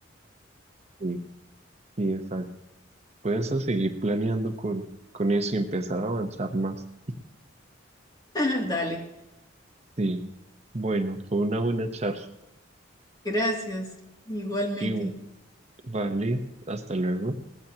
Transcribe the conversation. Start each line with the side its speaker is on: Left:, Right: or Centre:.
Right: Sí, sí, exacto. Puedes a seguir planeando con, con eso y empezar a avanzar más.
Left: <laughs> Dale,
Right: Sí, bueno, fue una buena charla.
Left: gracias, igualmente.
Right: Y vale, hasta luego.